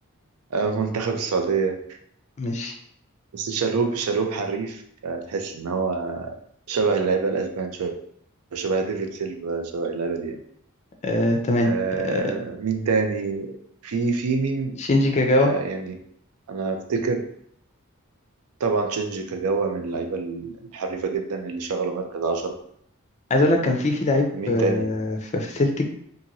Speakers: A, on the right; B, on the left.
A: آه، منتخب السعودية
B: ماشي
A: بس الشلهوب الشلهوب حريف آه، تحس ان هو شبه اللعيبة الاسبان شوية شبه ديفيد سيلفا شبه اللعيبة دي يعني
B: آه، تمام
A: آه
B: آه،
A: مين تاني في في مين
B: شينجي كاجاوا
A: آه يعني انا افتكر طبعا تشينجي كاجاوا من اللعيبة الحريفة جدا اللي شغلوا مركز عشرة
B: عايز أقول لك كان في في لعيب
A: مين
B: آه،
A: تاني
B: ف- في سيلتيك